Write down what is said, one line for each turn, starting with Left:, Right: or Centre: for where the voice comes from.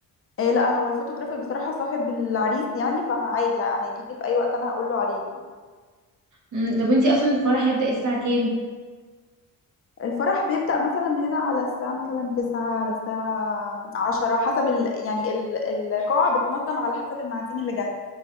Left: إيه لا هو الفوتوغرافر بصراحة صاحب العريس يعني فعادي هيجيلي في أي وقت أنا هقوله عليه يعني.
Right: مم، طب انتي اصلا الفرح هيبدأ الساعة كام
Left: الفرح بيبدأ مثلا هنا على الساعة مثلا تسعة على الساعة عشرة حسب ال... يعني ال... القاعة بتنظم على حسب المعازيم اللي جت